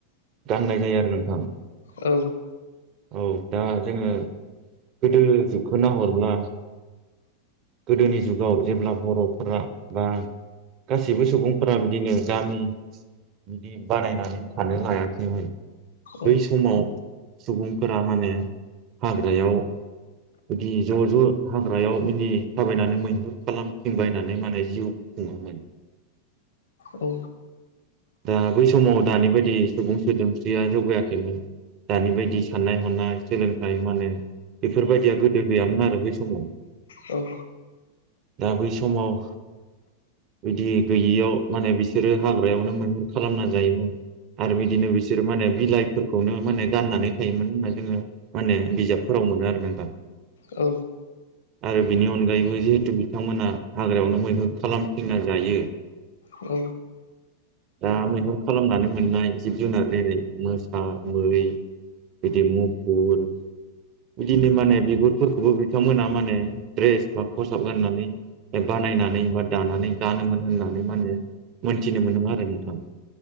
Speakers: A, on the right; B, on the left.
A: गाननाय जायो आरो नोंथां
B: औ
A: औ दा जोङो गोदो जुगखौ नाहरब्ला गोदोनि जुगाव जेब्ला बर'फोरा बा गासिबो सुबुंफोरा बिदिनो गामि बिदि बानायनानै थानो लायाखैमोन
B: औ
A: बै समाव सुबुंफोरा माने हाग्रायाव बिदि ज' ज' हाग्रायाव बिदि थाबायनानै मैहुर खालामथिंबायनानै माने जिउ खुङोमोन।
B: औ।
A: दा बै समाव दानि बायदि सुबुं सोदोमस्रिया जौगायाखैमोन। दानि बायदि साननाय हनाय सोलोंथाइ माने बेफोरबायदिया गोदो गैयामोन आरो बै समाव।
B: औ
A: दा बै समाव बिदि गैयियाव माने बिसोरो हाग्रायावनो मैहुर खालामना जायोमोन। आरो बिदिनो बिसोर माने बिलाइफोरखौनो माने गाननानै थायोमोन होनना जोङो माने बिजाबफोराव मोनो आरो नोंथां।
B: औ।
A: आरो बिनि अनगायैबो जिहेथु बिथांमोना हाग्रायावनो मैहुर खालामथिंना जायो
B: औ।
A: दा मैहुर खालामनानै मोननाय जिब जुनार जेरै मोसा, मै बिदि मुफुर बिदिनो माने बिगुरफोरखौबो बिथांमोना माने द्रेस बा खसाब गाननानै बानायनानै बा दानानै गानोमोन होननानै माने मोनथिनो मोनोमोन नों थां